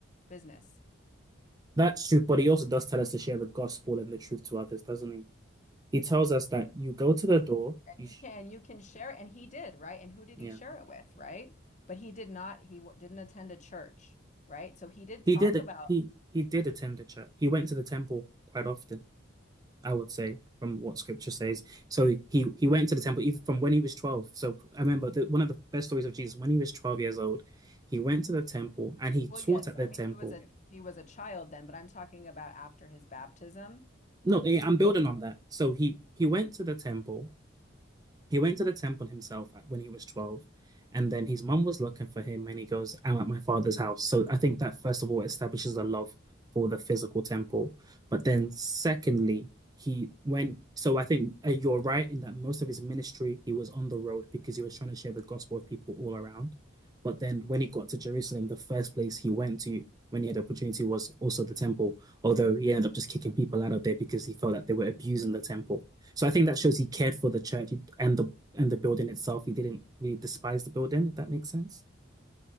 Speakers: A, on the left; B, on the right.
A: business.
B: That's true, but he also does tell us to share the gospel and the truth to others, doesn't he? He tells us that you go to the door,
A: And
B: you
A: you
B: sh
A: can you can share it. and he did, right? And who did
B: yeah.
A: he share it with, right? But he did not he w didn't attend a church, right? So he did
B: He
A: talk
B: did it.
A: about
B: He he did attend the church. He went to the temple quite often, I would say, from what scripture says. So he he went to the temple even from when he was 12. So I remember the, one of the best stories of Jesus when he was 12 years old, he went to the temple and he
A: well,
B: taught
A: yes,
B: at the
A: I mean
B: temple.
A: he was a he was a child then, but I'm talking about after his baptism.
B: No, eh,
A: He
B: I'm building
A: told
B: on that. So he he went to the temple He went to the temple himself when he was 12, and then his mum was looking for him, and he goes, I'm at my father's house. So I think that, first of all, establishes a love for the physical temple. But then, secondly, he went, so I think uh, you're right in that most of his ministry, he was on the road because he was trying to share the gospel with people all around. But then when he got to Jerusalem, the first place he went to when he had the opportunity was also the temple, although he ended up just kicking people out of there because he felt that they were abusing the temple. So I think that shows he cared for the church and the and the building itself. He didn't really despise the building, if that makes sense.